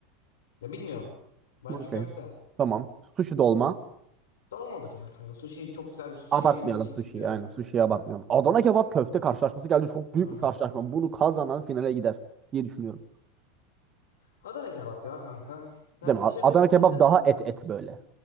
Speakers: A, on the left (about 90°); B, on the right (about 30°).
A: Ya bilmiyorum. Bence
B: Okey.
A: köfte.
B: Tamam. Sushi dolma.
A: Dolmadır ya kanka. Sushi çok güzel bir sushi
B: Abartmayalım
A: yemediğim için
B: sushi'yi.
A: bilmiyorum
B: Aynen
A: belki.
B: sushi'yi abartmayalım. Adana kebap köfte karşılaşması geldi. Çok büyük
A: Hmm.
B: bir karşılaşma. Bunu kazanan finale gider diye düşünüyorum.
A: Adana kebap ya kanka. Yani
B: Değil mi?
A: dışarı
B: A- Adana
A: bir gittiğinde
B: kebap daha et et böyle.